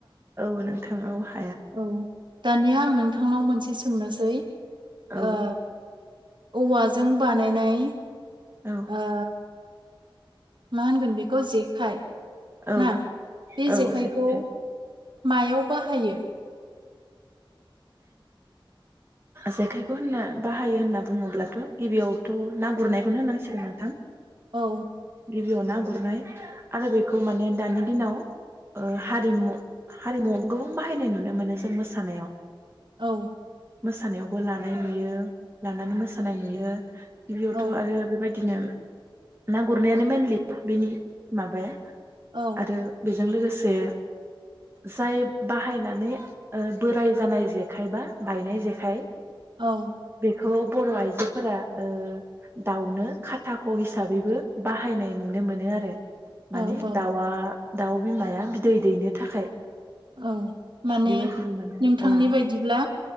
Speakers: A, on the right; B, on the right.
A: औ नों थाङाव हा
B: औ दानिया आं नोंथां थांनाव मोनसे सोंनोसै
A: औ
B: ओ औवाजों बानायनाय
A: औ
B: ओ मा होनगोन बेखौ जेखाय।
A: औ
B: ना बे
A: औ
B: जेखाइखौ
A: जेखाइ
B: मायाव बाहायो?
A: जेखायखौ होनना बाहायो होनना बुङोब्लाथ' गिबियावथ' ना गुरनायखौनो होननांसिगोन नोंथां।
B: औ।
A: गिबियाव ना गुरनाय आरो बेखौ माने दानि दिनाव ओ हारिमु हारिमुवावबो गोबां बाहायनाय नुनो मोनो जों मोसानायाव।
B: औ
A: मोसानायावबो लानाय नुयो लानानै मोसानाय नुयो। गिबियावथ'
B: औ
A: आरो बेबाद दिनो ना गुरनायानो मेनलि बिनि माबाया।
B: औ
A: आरो बे जों लोगोसे जाय बाहायनानै ओ बोराय जानाय जेखाय बा बायनाय जेखाइ
B: औ
A: खौ बर' आइजोफोरा ओ दाउनो खाथाख' हिसाबैबो बाहायनाय नुनो मोनो आरो।
B: औ
A: माने
B: औ
A: दाउआ दाउ बिमाया बिदै दैनो थाखाय
B: औ माने
A: बेबायदिबो मोनो
B: नोंथांनि
A: औ
B: बायदिब्ला